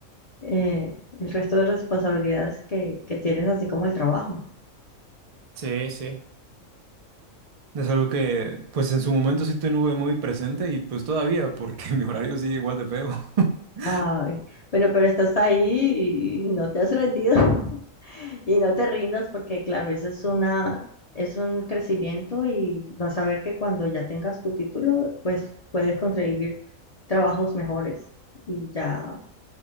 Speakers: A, on the left; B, on the right.
A: eh, el resto de responsabilidades que, que tienes, así como el trabajo.
B: Sí, sí. Es algo que pues en su momento sí tuve muy presente y pues todavía, porque <laughs> mi horario sigue igual de feo. <laughs>
A: Ay, bueno, pero estás ahí y no te has rendido. <laughs> Y no te rindas porque, claro, eso es una, es un crecimiento y vas a ver que cuando ya tengas tu título, pues puedes conseguir trabajos mejores y ya,